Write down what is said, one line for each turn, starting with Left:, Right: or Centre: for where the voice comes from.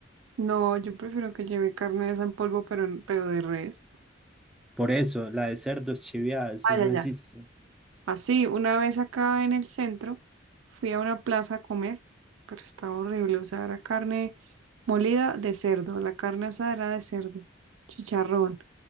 Right: No, yo prefiero que lleve carne de esa en polvo, pero, pero de res.
Centre: Por eso, la de cerdo es chiviada, eso
Right: Ah,
Centre: no
Right: ya, ya.
Centre: existe.
Right: Así, una vez acá en el centro, fui a una plaza a comer, pero estaba horrible. O sea, era carne molida de cerdo, la carne asada era de cerdo, chicharrón.